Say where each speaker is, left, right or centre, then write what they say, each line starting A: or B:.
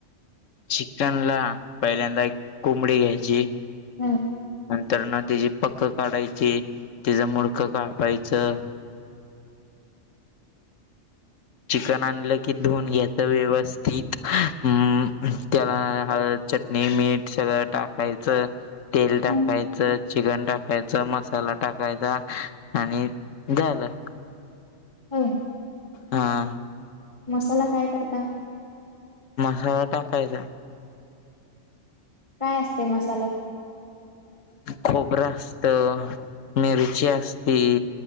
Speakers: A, on the left (about 85°); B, on the left (about 25°).
A: चिकन ला पहिल्यांदा एक कोंबडी घ्यायची
B: हम्म.
A: तर ना त्याची पक्कं काढायची, तीच मुडकं कापायचं. चिकन आणलं की धुवून घ्याच व्यवस्थित अं त्याला हळद चटणी मीठ सगळं टाकायचं. तेल टाकायचं
B: हं.
A: चिकन टाक कायच मसाला टाकायचा आणि झालं.
B: होय.
A: हां.
B: मसाला काय करता?
A: मसाला टाकायचा.
B: काय असते मसाल्यात?
A: खोबर असत, मिरची असती,